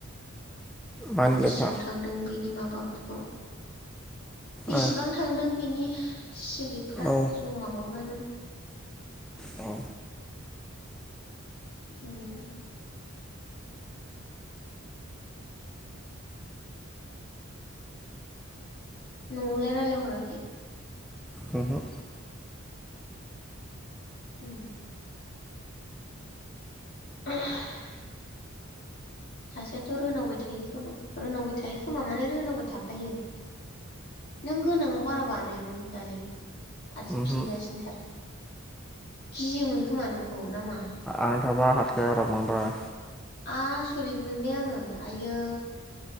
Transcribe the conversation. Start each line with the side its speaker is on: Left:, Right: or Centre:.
Centre: मानि
Left: बेसेबां
Centre: लेखा
Left: थांदों बेनि माबाफोरखौ बेसेबां
Centre: ओ
Left: थांदों बिनि सिलिपफ्रा
Centre: औ
Left: जमा हरबायमोन।
Centre: औ
Left: उम न'आवलाय रायज्लायहराखै?
Centre: उमहो
Left: उम <inaudible> सासेयाथ' रोनावबाय थायो खोमा रोनावबाय थायो खोमा माने रोनावबाय थाखायो। नों गोनाङाव बारा बानायामोन दालाय आरो
Centre: उमहो
Left: फिनगासिनोथार गियोमोन खोमा नोंखौ ना मा?
Centre: आं थाबा हाखायारा बांद्राय।
Left: आसरिथ मोनबाय आङो आयै।